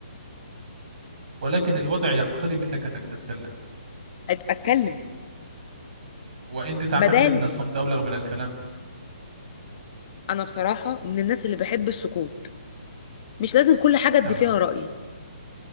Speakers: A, on the right (about 55°); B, on the left (about 40°).
A: ولكن الوضع يقتضي منك أنك تتكلم
B: أت- اتكلم
A: وأنت تعتقد
B: بدال
A: أن الصمت أبلغ من الكلام
B: انا بصراحة من الناس اللي بحب السكوت مش لازم كل حاجة ادي
A: تمام
B: فيها رأيي